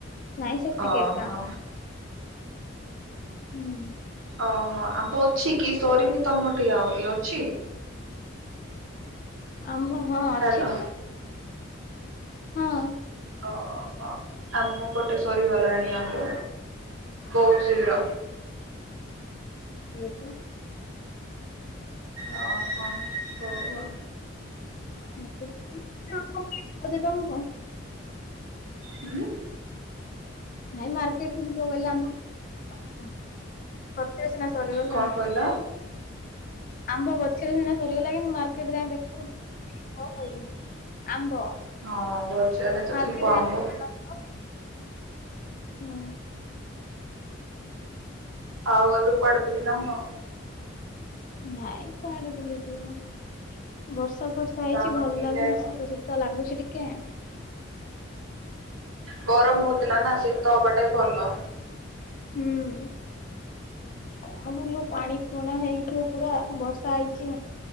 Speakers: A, on the left (about 40°); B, on the right (about 80°).
A: ନାଇଁ ସେତିକି
B: ଓହୋ।
A: ଏକା। ହୁଁ।
B: ଓହୋ ଆମ୍ବ ଅଛି କି ସରିନି ତମର? ତି ଆହୁରି ଅଛି।
A: ଆମ୍ବ ହଁ ଅଛି
B: ହ୍ୟାଲୋ
A: ତ। ହଁ।
B: ଓ ହଁ। ଆମ ପଟେ ସରିଗଲାଣି ଆମ୍ବ ବହୁତ ଶୀଘ୍ର
A: ହଁ <inaudible>
B: ଓ ହ ହଉ ଆଉ
A: ତ ତ <unintelligible>
B: ହୁଁ
A: ନାଇଁ ମାର୍କେଟ ଯିବ ଗଲେ ଆମେ ସିନା ସରିଗଲା
B: କଣ କହିଲ?
A: ଆମ୍ବ ଗଛରେ ସିନା ସରିଗଲା କି ମୁ ମାର୍କେଟ ଯାଏ ଦେଖୁ କଣ କହିଲି ଆମ୍ବ
B: ହଁ ତ
A: ମାର୍କେଟ
B: ଥିବ
A: ଯାଇକି
B: ଆମ୍ବ।
A: କିନାହେବ ହୁମ୍
B: ଆଉ ଏବେ <unintelligible> ବୁଲି ନଉନ
A: ନାଇଁ କୁଆଆଡେ ବୁଲିଯିବୁ ବର୍ଷା ଫରସା ହେଇଛି
B: ଯାଉନ
A: ଭଲ
B: ବୁଲିକି
A: ଲାଗୁନି
B: ଆଇବ?
A: ଶୀତ ଶୀତ ଲାଗୁଛି ଟିକେ
B: ଗରମ ହଉଥିଲା ନା ଶୀତ ହବା ଟା ଭଲ
A: ହୁଁ କଣ ବୁଲୁ ପାଣି ପୁଣା ହେଇ ପୁରା ବର୍ଷା ହେଇଛି